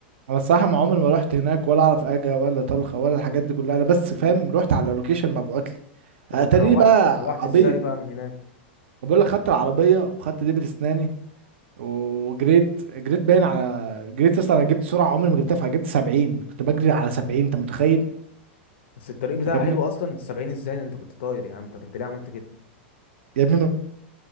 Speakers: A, on the right (about 75°); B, on the left (about 75°).
A: انا الصراحه ما عمري ما رحت هناك ولا اعرف اجا ولا طلخه ولا الحاجات دي كلها انا بس فاهم رحت على اللوكيشن مبعوت لي
B: طب انت
A: اتاريني
B: روحت
A: بقى
B: روحت
A: عبيط
B: ازاي بقى من هناك
A: بقول لك خدت العربيه وخدت ديلي في اسناني وجريت جريت باين على جريت اصلا انا جبت سرعه عمري ما جبتها فيها جبت 70 كنت بجري على 70 انت متخيل
B: بس الطريق بتاعها
A: فاهمني
B: حلو اصلا 70 ازاي ده انت كنت طاير يا عم طب انت ليه عملت كده
A: يا ابني ما